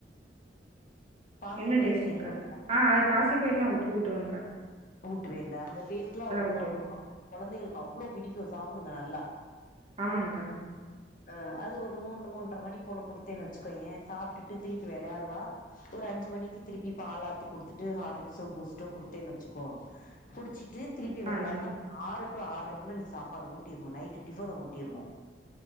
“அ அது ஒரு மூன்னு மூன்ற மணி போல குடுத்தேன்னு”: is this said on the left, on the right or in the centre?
Left